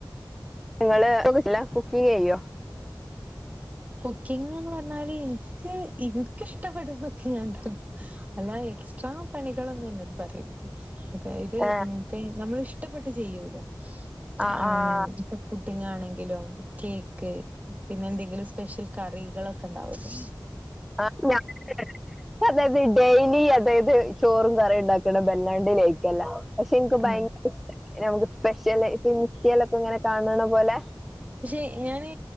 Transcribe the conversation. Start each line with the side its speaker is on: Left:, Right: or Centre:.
Centre: നിങ്ങൾ <unintelligible> കുക്കിങ് ചെയ്യോ
Right: കുക്കിങ്ങ്ന്ന് പറഞ്ഞാല് ഇൻക്ക് ഇൻക്ക് ഇഷ്ടപ്പെട്ന്നൊക്കെ ഞാൻ ഇണ്ടാക്കും അല്ലാ എക്സ്ട്രാ പണികളൊന്നും എന്നോട് പറര്ത് അതായത്
Centre: ഏഹ്
Right: ഇങ്ങൻത്തെ നമ്മൾ ഇഷ് ഷ്ടപ്പെട്ട് ചെയ്യൂലെ
Centre: ആഹ്
Right: ആമ്
Centre: ആഹ്
Right: ഇപ്പ ഫുട് ണ്ടിങ്ങാണെങ്കിലും കേക്ക് പിന്നെ എന്തെങ്കിലും സ് ഷെൽ കറികളൊക്കെ ഇണ്ടാവുലെ
Centre: <unintelligible> ഡൈലി അതായത് ചോറും കറിം ഇണ്ടാക്ക്ണെ ബെല്ലാണ്ടെ ലെയ്ക്ക് അല്ല ക്ഷെ ഇൻക്ക് ഭയ്ങ്കര
Right: ആഹ്
Centre: ഇഷ്ടാണ് നമുക്ക് സ്പെഷ്യല് ഇപ്പൊ ഇൻസ്റ്റെൽ ഒക്കെ ഇങ്ങനെ കാൺണെ പോലെ
Right: പക്ഷെ ഞാന്